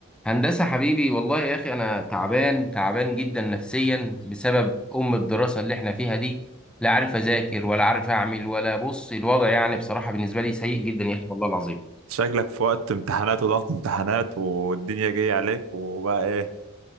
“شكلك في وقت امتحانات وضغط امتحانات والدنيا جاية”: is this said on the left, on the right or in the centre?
Right